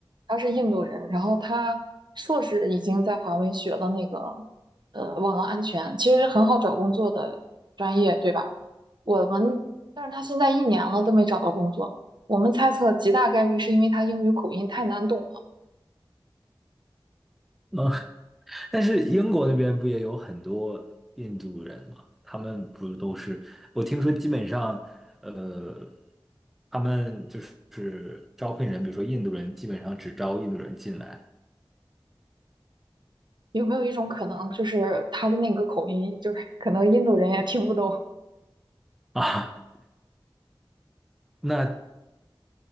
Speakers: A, on the right (about 55°); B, in the centre.
A: 他是印度人，然后他硕士已经在华为学了那个呃网络安全，其实很好找工作的专业，对吧？我们，但是他现在一年了都没找到工作，我们猜测极大概率是因为他英语口音太难懂了。
B: 啊，但是英国那边不也有很多印度人嘛？他们不都是，我听说基本上，呃，他们就是招聘人，比如说印度人，基本上只招印度人进来
A: 有没有一种可能，就是他的那个口音，就是可能印度人也听不懂？
B: <laughs> 啊。那